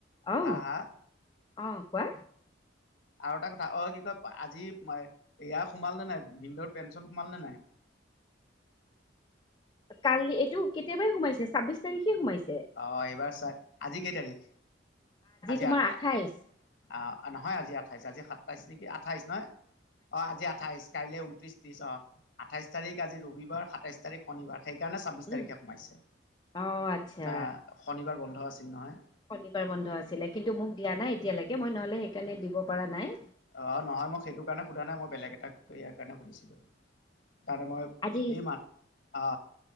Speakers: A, on the left; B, on the left.
A: অ
B: হা - হা।
A: অ কোৱা?
B: আৰু এটা কথা অ, কি কয় আজি এয়া সোমাল নে নাই ভিনন্দৰ পেঞ্চন সোমাল নে নাই?
A: কালি এইটো কেতিয়াবাই সোমাইছে ছাব্বিশ তাৰিখে সোমাইছে।
B: অ, এইবাৰ চও আজি কেই তাৰিখ? আজি
A: তোমাৰ
B: <unintelligible>
A: আঠাইশ
B: নহয় আজি আ আঠাইছ আজি সাতাইছ নেকি আঠাইছ নয় অ, আজি আঠাইছ কাইলে ঊনত্ৰিছ দিছ আঠাইছ তাৰিখ আজি ৰবিবাৰ সাতাইছ তাৰিখ শনিবাৰ। সেইকাৰণে ছাব্বিছ
A: উম
B: তাৰিখে সোমাইছে
A: অ আচ্ছা
B: না শনিবাৰ বন্ধ আছিল নহয়।
A: শনিবাৰ বন্ধ আছিলে কিন্তু মোক দিয়া নাই এতিয়ালৈকে মই নহলে সেইকাৰণে দিব পাৰা নাই।
B: অ, নহয় মই সেইটো কাৰণে সোধা নাই মই বেলেগ এটাক ইয়াৰ কাৰণে সুধিছিলোঁ। তাৰে মই
A: আজি
B: এইমান অ,